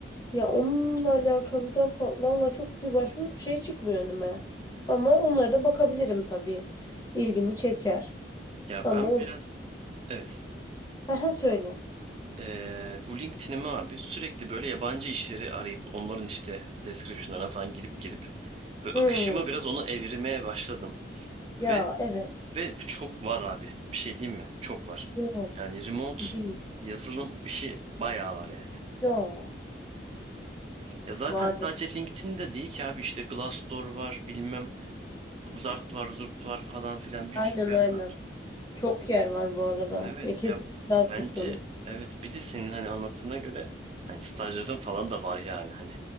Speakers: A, on the left; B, on the right.
A: Ya onunla alakalı da fa- valla çok bir başvuru şey çıkmıyor önüme. Ama onlara da bakabilirim tabii. İlgimi çeker.
B: Ya
A: Ama
B: ben
A: ol
B: biraz evet.
A: <laughs> Aha, söyle.
B: Ee, bu LinkedIn'imi abi sürekli böyle yabancı işleri arayıp onların işte description'larına falan gidip gelip böyle
A: Hmm.
B: akışımı biraz onu evirmeye başladım
A: Ya
B: ve
A: evet.
B: ve çok var abi. Bir şey diyeyim mi? Çok var.
A: Yo
B: Yani remote
A: tabii.
B: yazılım işi bayağı var yani.
A: Yo.
B: Ya zaten
A: Vardır.
B: sadece LinkedIn'de değil ki abi işte Glassdoor var, bilmem Zart var, Zurt var falan filan bir
A: Aynen
B: sürü yer
A: aynen.
B: var.
A: Çok yer var bu arada.
B: Evet
A: Ya kesinlikle
B: ya
A: haklısın.
B: bence evet bir de senin hani anlattığına göre hani stajların falan da var yani hani.